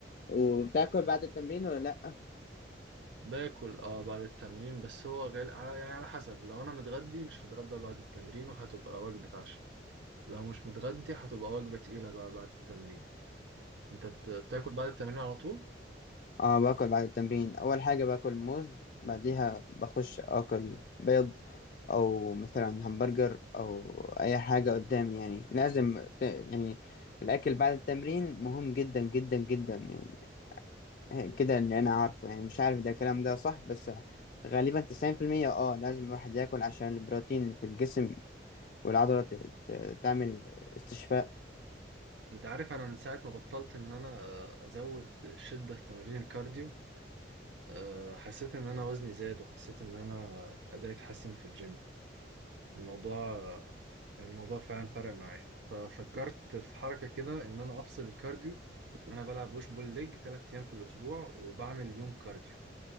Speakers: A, on the left; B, on the right.
A: وبتاكل بعد التمرين ولا لا؟
B: باكل اه بعد التمرين بس هو غال... ع- يعني على حسب لو انا متغدي مش هتغدى بعد التمرين وهتبقى وجبه عشاء لو مش متغدي هتبقى وجبه تقيله بقى بعد التمرين انت بت... بتاكل بعد التمرين على طول
A: اه باكل بعد التمرين اول حاجه باكل موز بعديها بخش اكل بيض او مثلا همبرجر او اي حاجه قدامي يعني لازم ت- يعني الاكل بعد التمرين مهم جدا جدا جدا يعني هي- كده اللي انا عارفه يعني مش عارف ده الكلام ده صح بس غالبا 90% اه لازم الواحد ياكل عشان البروتين اللي في الجسم والعضله ت- ت- تعمل استشفاء
B: انت عارف انا من ساعه ما بطلت ان انا آه، ازود الشده في تمارين الكارديو آه، حسيت ان انا وزني زاد وحسيت ان انا ادائي اتحسن في الجيم الموضوع الموضوع فعلا فرق معايا ففكرت في حركة كده ان انا افصل الكارديو انا بلعب بوش بول ليج ثلاث ايام في الاسبوع وبعمل يوم كارديو